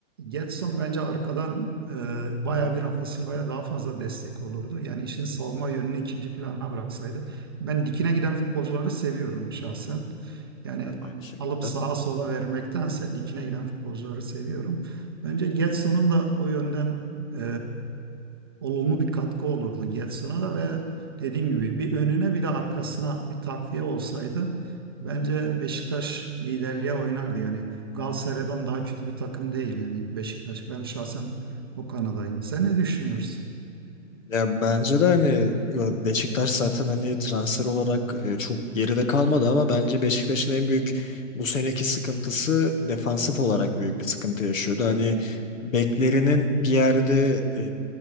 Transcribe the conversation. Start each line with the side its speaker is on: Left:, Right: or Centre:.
Right: Gedson bence arkadan e, bayağı bir Rafa Silva'ya daha fazla destek olurdu. Yani işin savunma yönünü ikinci plana bıraksaydı. Ben dikine giden futbolcuları seviyorum şahsen. Yani
Left: Ben de aynı şekilde.
Right: alıp sağa sola vermektense dikine giden futbolcuları seviyorum. Bence Gedson'un da o yönden e, olumlu bir katkı olurdu Getson'a da ve dediğim gibi bir önüne bir de arkasına bir takviye olsaydı bence Beşiktaş liderliğe oynardı. Yani Galatasaray'dan daha kötü bir takım değil yani Beşiktaş. Ben şahsen o kanadayım. Sen ne düşünüyorsun?
Left: Ya bence de hani ya Beşiktaş zaten hani transfer olarak e, çok geride kalmadı ama bence Beşiktaş'ın en büyük bu seneki sıkıntısı defansif olarak büyük bir sıkıntı yaşıyordu. Hani beklerinin bir yerde e,